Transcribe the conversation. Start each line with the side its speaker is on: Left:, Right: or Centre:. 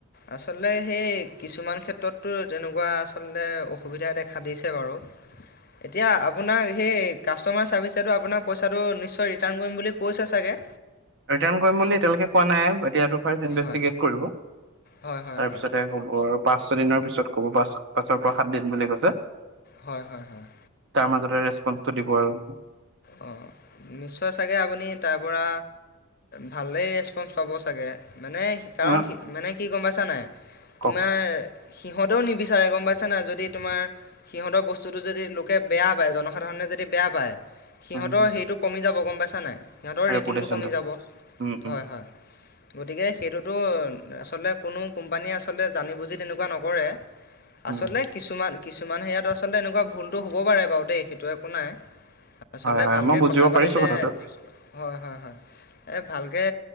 Left: আচলতে সেই কিছুমান ক্ষেত্ৰততো তেনেকুৱা আচলতে অসুবিধা দেখা দিছে বাৰু, এতিয়া আপোনাক সেই কাষ্টমাৰ চাৰ্ভিচেতো আপোনাৰ পইচাটো নিশ্চয় ৰিটাৰ্ণ কৰিম বুলি কৈছে চাগে।
Right: ৰিটাৰ্ণ কৰিম বুলি এতিয়ালৈকে কোৱা নাই এতিয়াতো। ফাৰ ইনভেষ্টিগেট
Left: হয়,
Right: কৰিব
Left: হয়, হয়,
Right: তাৰপিছতে
Left: হয়,
Right: হব। পাঁচ ছ দিনৰ পিছত ক'ব পাঁচ পাঁছৰ পৰা সাত দিন বুলি কৈছে।
Left: হয়, হয়, হয়।
Right: তাৰ মাজত ৰেছপন্, দিব আৰু।
Left: অঁ নিশ্চয় চাগে আপুনি তাৰপৰা, ভালেই ৰেচপন্ঞ্চ পাব চাগে? মানে কাৰণ
Right: আহ
Left: মানে কি গম পাইছে আ নাই?
Right: কওক
Left: তোমাৰ সিহঁতেও নিবিচাৰে গম পাইছে নাই। যদি তোমাৰ সিহঁতৰ বস্তুটো যদি লোকে বেয়া পাই, জনসাধাৰণে যদি বেয়া পাই। সিহঁতৰ
Right: উম,
Left: হেটো কমি যাব গম পাইছা নাই? ইিহঁতৰ
Right: ৰেপুটেশ্যনটো
Left: ৰেটিংটো কমি যাব,
Right: উম উম
Left: হয় হয়। গতিকে সেইটোতো আচলতে কোনো কোম্পানীয়ে আচলতে জানি বুজি তেনেকুৱা নকৰে।
Right: উম
Left: আচলতে কিছুমান কিছুমান সেয়াত আচলতে এনেকুৱা ভুলটো হ'ব পাৰে বাৰু দেই সেইটো একো নাই। আচলতে
Right: হয় হয়
Left: ভালকে
Right: মই বুজিব
Left: কথা পাতিলে,
Right: পাৰিছো কথাটো
Left: হয় হয় হয়। এই ভালকে